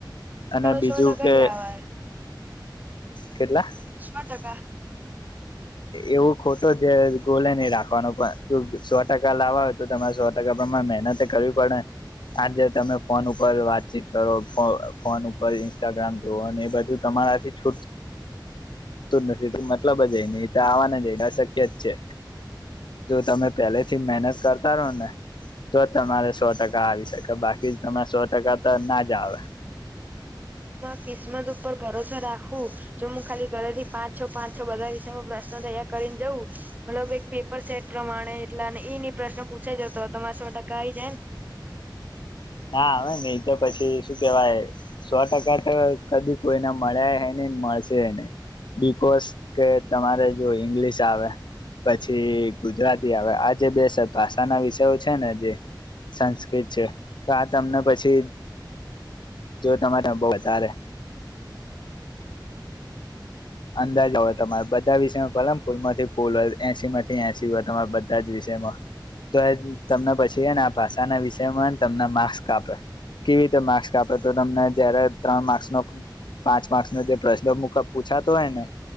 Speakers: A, on the left; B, on the right.
A: અને
B: છો
A: બીજું
B: તો કેટલાવા
A: કે કેટલા
B: શો ટકા
A: એવું ખોટો જે ગોલે નહી રાખવાનો પણ ત સો ટકા લાવવા હોય તો તમારે સો ટકા પ્રમાણે મહેનત કરવી પડેને આજે તમે ફોન ઉપર વાતચીત કરો ફોન ઉપર ઇન્સ્ટાગ્રામ જોવો એ બધું તમારાથી છૂટ ું નથી તું મતલબ જ ન તો આવવાને જ અશક્ય જ છે તો તમે પહેલેથી મહેનત કરતા રહો ને તો જ તમારે સો ટકા આવી શકે બાકી તરે સો ટકા તો ના જ આવે
B: કિસ્મત ઉપર ભરોસો રાખવું જો હું ખાલી ઘરેથી પાંચ છો પાંચ છો બધા વિશે પ્રશ્ન તૈયાર કરી ને જઉં હલો પેપર સેટ પ્રમાણે એટલા ઈની પ્રશ્ન પૂછાય જ તો તમારે સો ટકા આવી જાય
A: ના આવે નને એ તો પછી શું કેવાય સો ટકા તો કદી કોઈને મળ્યા હ નહીને મળશે નઈ બકોસ કે તમારે જો ઈંગ્લિશ આવે પછી ગુજરાતી આવે આ જે બે ભાષાના વિષયો છે ને જે સંસ્કૃત છે તો આ તમને પછી જો તમારે બહ બારે અંદાજ હોય તમારે બધા વિષયમાં પેલા ફૂલમાંથી ફૂલ હોય એસી માંથી એસી હોય તમારા બધા જ વિષયમાં તો એ તમને પછીને આ ભાષાના વિષયમાંને તમને માર્સ કાપે કેવી રીતે માર્સ કાપે તો તમને જયારે ત્રણ માર્સનો પાંચ માર્સનો જે પ્રશ્ન પૂછા હોય ને